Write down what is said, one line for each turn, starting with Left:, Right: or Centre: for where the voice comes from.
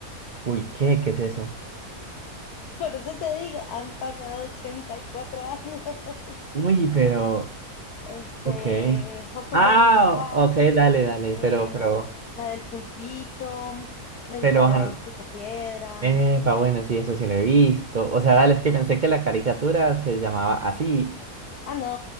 Right: uy, ¿qué? ¿Qué es eso?
Left: <laughs> Por eso te digo, han pasado 84 años. <laughs>
Right: Uy, pero,
Left: Eh, este,
Right: ok.
Left: Huckleberry
Right: Ah,
Left: House,
Right: ok, dale, dale,
Left: em,
Right: pero, pero,
Left: la del Pulpito, me
Right: pero,
Left: gustaba
Right: ajá,
Left: ver los Picapiedras.
Right: epa, bueno, sí, eso sí lo he visto. O sea, dale, es que pensé que la caricatura se llamaba así.
Left: Ah, no,